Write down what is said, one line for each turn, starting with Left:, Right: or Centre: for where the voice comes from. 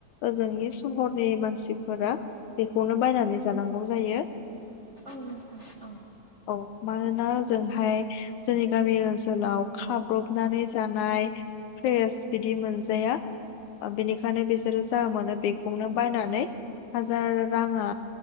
Left: ओजोंनि सहरनि मानसि फोर बेखौनो बायनानै
Right: औ
Left: जानांगौ जायो
Right: औ नोंथां औ
Left: औ मानोना
Right: औ
Left: जोंहाय जोंनि गामि ओनसोलाव खाब्रबनानै जानाय फ्रेस बिदि मोनजाया बेनिखायनो बिसोरो जा मोनो बेखौनो बायनानै। हाजार राङा